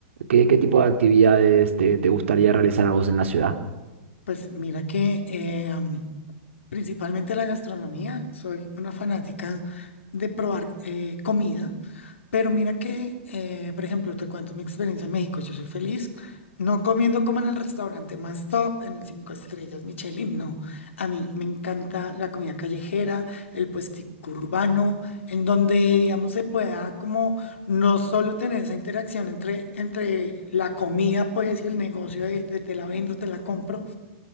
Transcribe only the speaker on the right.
¿Qué, qué tipo de actividades te, te gustaría realizar a vos en la ciudad?